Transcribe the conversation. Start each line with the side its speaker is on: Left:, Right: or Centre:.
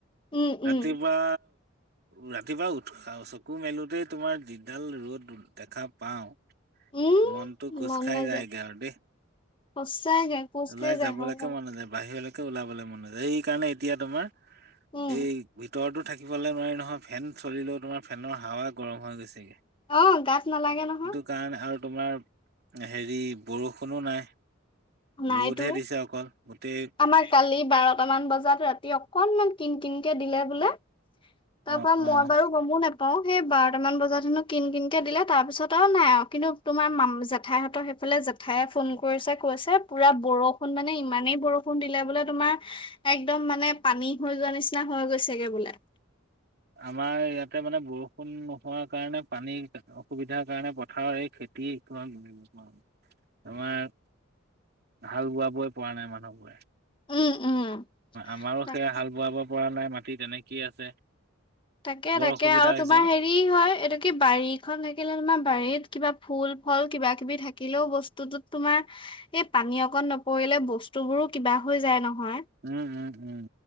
Left: উম উম
Right: ৰাতিপুৱা ৰাতিপুৱা উৎস চকু মেলোতেই তোমাৰ যিডাল ৰ'দ দেখা পাওঁ।
Left: উম
Right: মনটো খোচ
Left: মন
Right: খাই
Left: নাযায়
Right: যায়গে আৰু দেই।
Left: সঁচাকে কোচ
Right: ওলাই
Left: খাই যায়
Right: যাবলৈকে
Left: সঁচাই
Right: মন নাযায়। বাহিৰলৈকে ওলাবলে মনায় সেইকাৰণে এতিয়া তোমাৰ
Left: উম
Right: এই উতৰতো থাকিবলৈ নোৱাৰি নহয়, ফেন চলিলেও তোমাৰ ফেনৰ হাৱা গৰম হৈ গৈছেগে।
Left: অ', গাত নালাগে নহয়।
Right: কাৰণ আৰু তোমাৰ হেৰি বৰষুণো নাই।
Left: নাইতো
Right: ৰ'দহে দিছে অকল গোটেই।
Left: আমাৰ কালি বাৰট মান বজাত, ৰাতি অকনমান কিন কিনকে দিলে বোলে। তাৰ
Right: অ',
Left: পৰা মই
Right: অ',
Left: বাৰু গমো নাপাওঁ। অ' সেই বাৰটামান বজাত হেনো কিন কিনকে দিলে, তাৰ পিছত আৰু নাই আৰু কিন্তু তোমাৰ ম' জেঠাইহঁতৰ সেইফালে ঠাই ফোন কৰিছে কৈছে পুৰা বৰষুণ মানে ইমানেই বৰষুণ কোন দিলে বোলে তোমাৰ, একদম মানে পানী হৈ যোৱা নিচিনা হৈ গৈছেগে বোলে।
Right: আমাৰ ইয়াতে মানে বৰষুণ নোহোৱাৰ কাৰণে পানীৰ অসুবিধাৰ কাৰণে পথাৰৰ এই খে তি <inaudible> আমাৰ হাল বোৱাবই পৰা নাই মানুহবোৰে‌।
Left: উম উম।
Right: আমাৰো
Left: তাক
Right: সেয়া হাল বোৱাব পৰা নাই মাটি তেনেকেইে আছে।
Left: তাকে
Right: বৰ
Left: তাকে
Right: অসুবিধা
Left: আৰু
Right: হৈছে
Left: তোমাৰ হেৰি
Right: অ'।
Left: ফ্ৰি হয় এইটো কি বাৰীখন থাকিলে তোমাৰ বাৰীত কিবা ফুল ফল কিবা কিবি থাকিলেও ব স্তুত তোমাৰ এই পানী অকণ নপৰিলে বস্তু বোৰো কিবা হৈ যায় নহয়।
Right: উম উম উম।